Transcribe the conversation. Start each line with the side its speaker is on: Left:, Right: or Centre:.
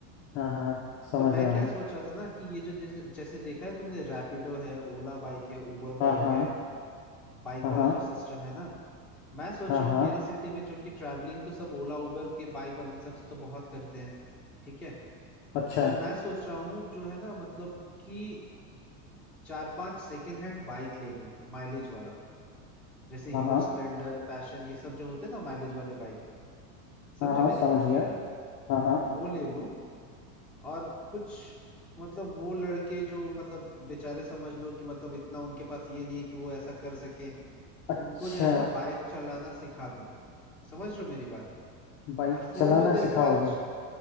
Left: हाँ हाँ समझ
Centre: तो मैं
Left: रहा
Centre: क्या
Left: हूँ
Centre: सोच रहा था ना कि ये जो जैसे जैसे देखा है तुमने रैपिडो है ओला बाइक है उबर
Left: हाँ
Centre: बाइक
Left: हाँ
Centre: है बाइक
Left: हाँ
Centre: वाला
Left: हाँ
Centre: जो सिस्टम है ना मैं सोच
Left: हाँ
Centre: रहा
Left: हाँ
Centre: हूँ मेरे सिटी में जो कि ट्रैवलिंग तो सब ओला उबर के बाइक और इन सब से तो बहुत करते हैं ठीक है
Left: अच्छा
Centre: तो मैं सोच रहा हूँ जो है ना मतलब कि चार पांच सेकेंड हैंड बाइक ले लूं माइलेज वाला जैसे
Left: हाँ
Centre: हीरो
Left: हाँ
Centre: स्प्लेंडर पैशन ये सब जो होते हैं ना माइलेज वाले बाइक समझे
Left: हाँ हाँ
Centre: मेरी
Left: समझ
Centre: बात
Left: गया हाँ हाँ
Centre: वो ले लूं और कुछ मतलब वो लड़के जो मतलब बेचारे समझ लो कि मतलब इतना उनके पास ये नहीं है कि वो ऐसा कर सके
Left: अच्छा
Centre: उनको जो है ना बाइक चलाना सिखा दूं समझ रहे हो मेरी बात
Left: बाइक
Centre: और फोन
Left: चलाना
Centre: तो देखो
Left: सिखाओगे
Centre: आज